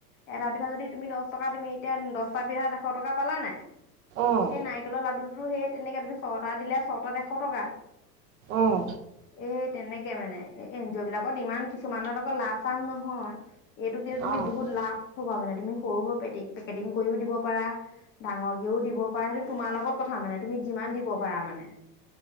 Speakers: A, on the left; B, on the right.
A: এটা পিঠাত যদি তুমি দহ টকা তুমি এতিয়া দহটা পিঠাত এশ টকা পালা নাই।
B: অঁ
A: এই নাৰিকলৰ লাডুটো সেই তেনেকে তুমি ছটা দিলে ছটাত এশ টকা।
B: অঁ
A: এ তেনে কে মানে এন জি অ' বিলাকত ইমান কিছুমানৰ আকৌ লাভ চাভ নহয়। এইটো কিন্তু তুমি
B: অঁ
A: বহুত লাভ হবা মানে তুমি সৰু সৰু পেকেটিং কৰিও দিব পাৰা। ডাঙৰকেও দিব পাৰা সেইটো তোমাৰ লগত কথা মানে তুমি যিমান দিব পাৰা মানে।